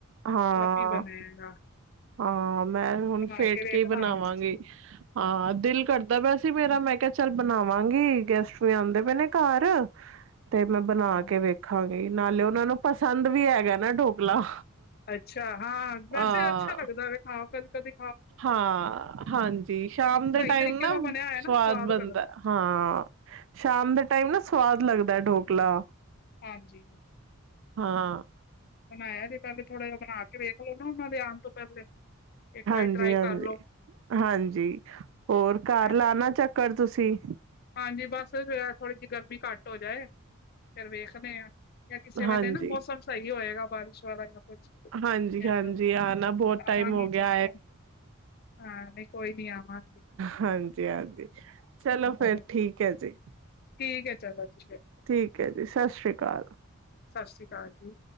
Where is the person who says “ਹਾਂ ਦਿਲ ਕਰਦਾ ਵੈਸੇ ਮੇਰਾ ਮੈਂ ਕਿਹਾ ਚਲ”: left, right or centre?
Right